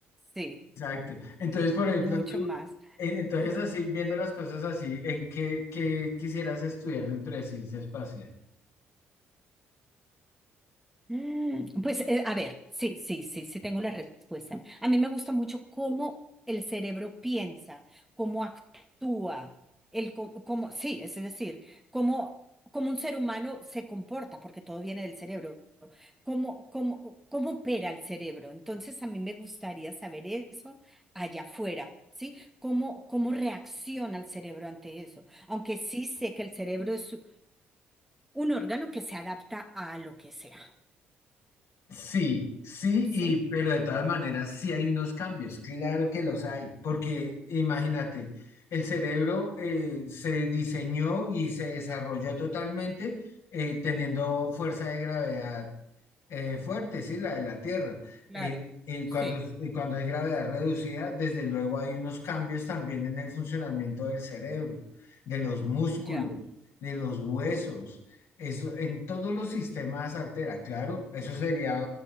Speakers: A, in the centre; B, on the left.
A: Sí.
B: Exacto. Entonces, por ejemplo,
A: Mucho
B: tú,
A: más.
B: eh, entonces así, viendo las cosas así, ¿en qué, qué quisieras estudiar dentro de ciencia espacial?
A: Mm, Pues eh, a ver, sí, sí, sí, sí tengo la respuesta. A mí me gusta mucho cómo el cerebro piensa, cómo actúa, el co- cómo, sí, es decir, cómo, cómo un ser humano se comporta, porque todo viene del cerebro, cómo, cómo, cómo opera el cerebro. Entonces a mí me gustaría saber eso allá afuera. ¿Sí? ¿Cómo, cómo reacciona el cerebro ante eso? Aunque sí sé que el cerebro es un órgano que se adapta a lo que sea.
B: Sí, sí,
A: Sí,
B: y pero de todas maneras sí hay unos cambios, claro que los hay, porque imagínate, el cerebro eh, se diseñó y se desarrolló totalmente eh, teniendo fuerza de gravedad eh, fuerte, sí, la de la Tierra.
A: claro,
B: Eh, y
A: sí,
B: cuando, y cuando hay gravedad reducida, desde luego hay unos cambios también en el funcionamiento del cerebro, de los músculos,
A: ya.
B: de los huesos. Eso en todos los sistemas altera, claro. Eso sería,